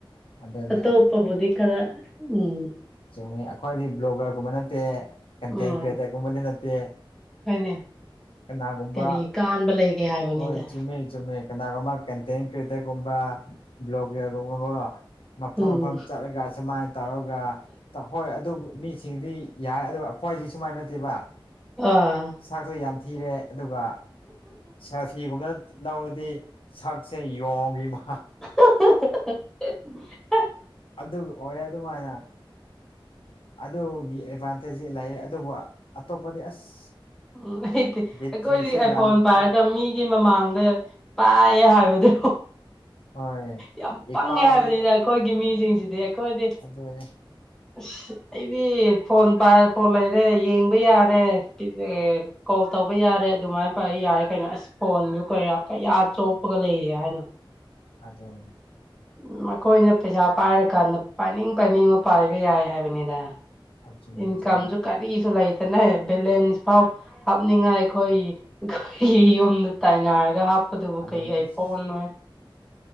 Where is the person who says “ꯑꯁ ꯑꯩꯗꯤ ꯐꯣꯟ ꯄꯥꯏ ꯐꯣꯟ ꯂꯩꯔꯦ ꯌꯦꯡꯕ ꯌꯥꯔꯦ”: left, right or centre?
Centre